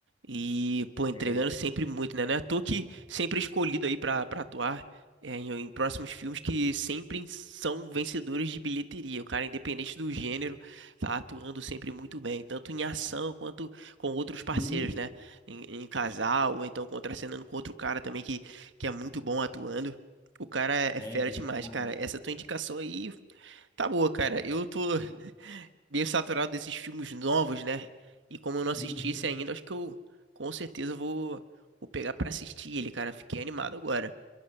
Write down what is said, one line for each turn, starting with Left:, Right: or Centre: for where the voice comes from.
Right: e, pô, entregando
Left: É.
Right: sempre muito, né? Não é à toa que sempre é escolhido aí pra, pra atuar é, em, em próximos filmes que sempre são vencedores de bilheteria. O cara, independente do gênero, tá atuando sempre muito bem, tanto em ação quanto com outros parceiros,
Left: Hum,
Right: né? Em, em casal, ou então contracenando com outro cara também que, que é muito bom atuando. O cara é
Left: é
Right: é fera
Left: verdade.
Right: demais, cara. Essa tua indicação aí. Tá boa, cara. Eu tô meio saturado desses filmes novos, né? E como eu não assisti
Left: Uhum.
Right: esse ainda, acho que eu com certeza vou, vou pegar pra assistir ele, cara. Fiquei animado agora.